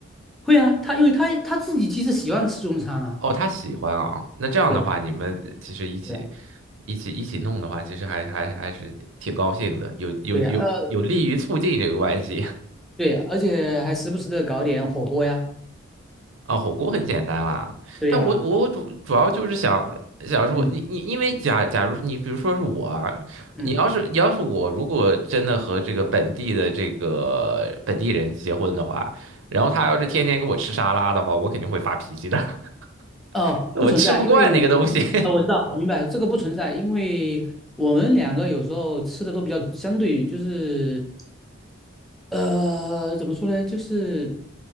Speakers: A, in the centre; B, on the right (about 70°).
A: 会啊，他因为他他自己其实喜欢吃中餐啊，
B: 哦，他喜欢啊，那这样的话，
A: 对呀。
B: 你们其实一起
A: 对呀
B: 一起一起弄的话，其实还还还是挺高兴的，有有有有利于促进这个关系
A: 对呀，呃，对呀，而且还时不时的搞点火锅呀，
B: <laughs> 啊。火锅很简单啦，
A: 对呀，
B: 但我我主主要就是想想说，
A: 嗯
B: 你你因为假假如你比如说是我啊，
A: 嗯
B: 你要是你要是我如果真的和这个本地的这个本地人结婚的话，然后他要是天天给我吃沙拉的话，
A: 嗯，
B: 我肯定会发脾气的，
A: 哦，
B: <laughs> 我吃不惯那个东西。
A: 不存在，因为，
B: <laughs>
A: 呃，我知道，我明白，这个不存在，因为我们两个有时候吃的都比较相对，就是呃，怎么说呢？就是